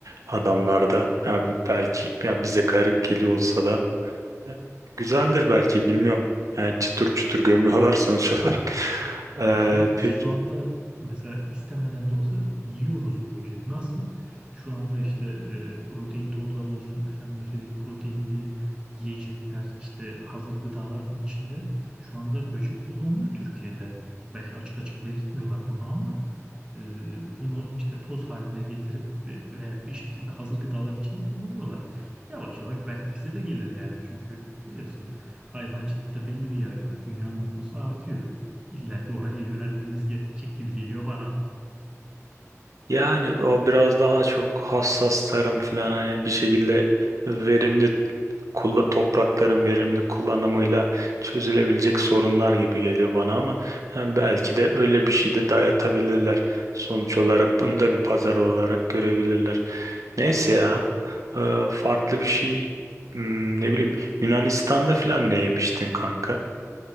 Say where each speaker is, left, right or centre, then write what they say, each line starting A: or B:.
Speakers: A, on the right (about 80°); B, on the right (about 15°).
A: adamlar da. Abi belki ya bize garip geliyor olsa da E, Güzeldir belki bilmiyorum. Yani çıtır çıtır gömüyorlar sonuç olarak. <laughs> Ee,
B: Ya şöyle biz
A: peki
B: şu anda mesela istemeden de olsa yiyoruz böcek. Nasıl? Şu anda işte e, protein tozları olsun, efendim söyleyeyim proteinli yiyecekler, işte hazır gıdalar içinde şu anda böcek kullanılıyor Türkiye'de. Belki açık açık belirtmiyorlar bunu ama E, bunu işte toz haline getirip ve, ve bir şekilde hazır gıdaların içinde kullanıyorlar. Yavaş yavaş belki bize de gelir yani çünkü biliyorsun hayvancılıkta belli bir yere kadar dünyanın nüfusu artıyor. İlla ki oraya yönelmemiz gerekecek gibi geliyor bana.
A: yani o biraz daha çok hassas tarım falan hani bir şekilde verimli kulla- toprakların verimli kullanımıyla çözülebilecek sorunlar gibi geliyor bana ama yani belki de öyle bir şey de dayatabilirler. Sonuç olarak bunu da bir pazar olarak görebilirler. Neyse ya Ee, farklı bir şey Hmm, ne bileyim Yunanistan'da falan ne yemiştin kanka?